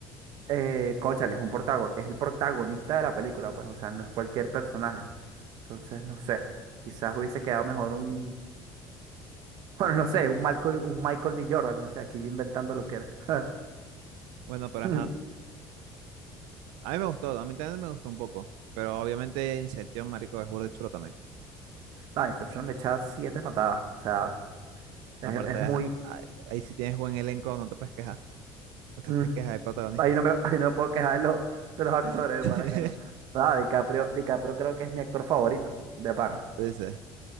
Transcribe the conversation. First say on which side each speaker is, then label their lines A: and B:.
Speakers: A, on the right; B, on the right.
A: Eh, cónchale, es un protago- es el protagonista de la película, pues, o sea, no es cualquier personaje. Entonces, no sé, quizás hubiese quedado mejor un, <laughs> bueno, no sé, un Michael, un Michael B. Jordan, no sé, aquí yo inventando lo que era.
B: Bueno,
A: <laughs>
B: pero ajá, a mí me gustó, a mí también me gustó un poco. Pero obviamente Inception, marico, es burde chulo también.
A: No, Inception le echa siete patadas, o sea, es,
B: Aparte,
A: es
B: ajá,
A: muy,
B: ahí, ahí si tienes buen elenco, no te puedes quejar. No te
A: mm,
B: puedes quejar de protagonista.
A: ahí no me, ahí no me puedo quejar de, los de los actores,
B: <laughs>
A: de pana que no. Ah, DiCaprio, DiCaprio creo que es mi actor favorito, de pana.
B: Tú dices,